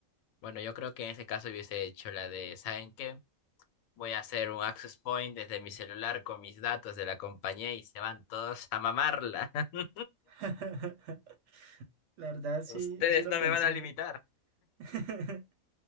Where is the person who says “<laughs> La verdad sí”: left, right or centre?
Right